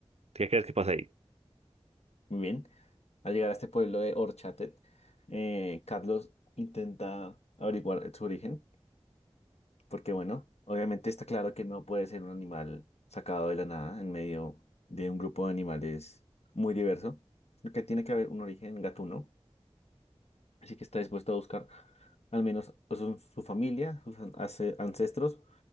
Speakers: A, on the right; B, on the left.
A: ¿Qué crees que pasa ahí?
B: Muy bien. Al llegar a este pueblo de Orchatet, eh, Carlos intenta averiguar su origen, porque bueno, obviamente está claro que no puede ser un animal sacado de la nada en medio de un grupo de animales muy diverso, sino que tiene que haber un origen gatuno, así que está dispuesto a buscar al menos su, su familia, sus an- ace- ancestros